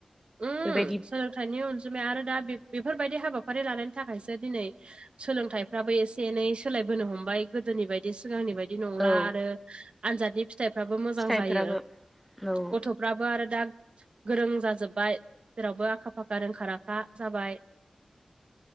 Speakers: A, on the right; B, in the centre.
A: उम
B: बेबायदि
A: सोलोंथाइनि अनजिमाया आरो दा बे बेफोरबायदि हाबाफारि लानायनि थाखायसो दिनै सोलोंथाइफ्राबो एसे एनै सोलायबोनो हमबाय गोदोनि बायदि बिदि सिगांनि बायदि नंला
B: औ
A: आरो आनजादनि फिथाइफ्राबो मोजां
B: फिथाइफोराबो
A: जायो
B: औ
A: गथ' फ्राबो आरो दा गोरों जाजोबबाय जेरावबो आखा फाखा रोंखा राखा जाबाय।